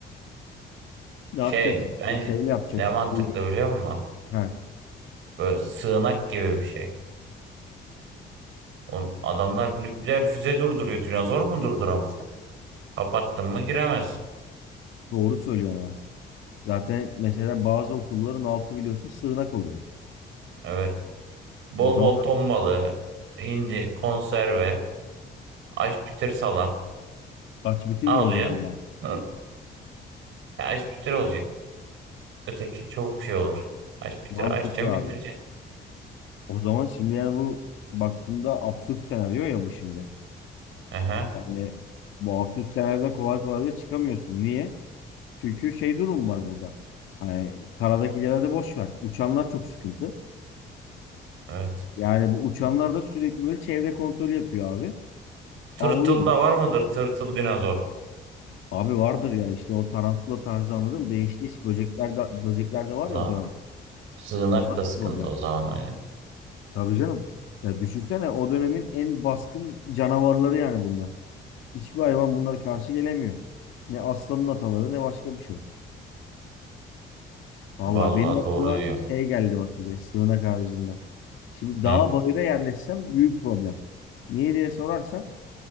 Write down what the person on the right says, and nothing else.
Şey
ben
ne mantıklı
biliyor musun?
Böyle sığınak gibi bir şey. O adamlar nükleer füze durduruyor. Dinozor mu durduramayacak? Kapattın mı giremez.
Evet. Bol
bol ton balığı, hindi, konserve, aşpitir salam.
Al
ya.
Hı. Ya Aşpitir olacak. Öteki çabuk şey olur. Aşpitir
açacaksın bitireceksin.
Aha,
evet.
Tırtıl
da var mıdır? Tırtıl dinozor.
Valla
sığınak
da
sıkıntı
o zaman Ali.
Vallahi
doğru diyor.
Hı.